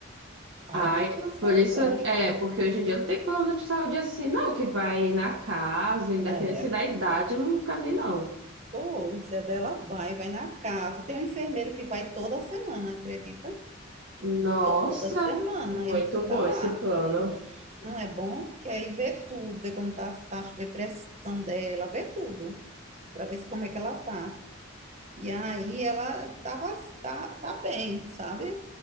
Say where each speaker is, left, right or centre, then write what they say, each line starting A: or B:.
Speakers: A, on the right; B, on the right.
A: Aí
B: Ai,
A: tem um plano de
B: por
A: saúde
B: isso,
A: bom.
B: é, porque hoje em dia não tem plano de saúde assim, não, que vai na casa, independente
A: É,
B: da idade, eu nunca vi, não.
A: pois, é dela vai, vai na casa. Tem um enfermeiro que vai toda semana, acredita?
B: Nossa,
A: Toda semana
B: muito
A: ele
B: bom
A: tá
B: esse
A: lá.
B: plano.
A: Não é bom? Porque aí vê tudo, vê como tá as taxas, vê pressão dela, vê tudo, para ver se- como é que ela tá. E aí ela tava, tá, tá bem, sabe?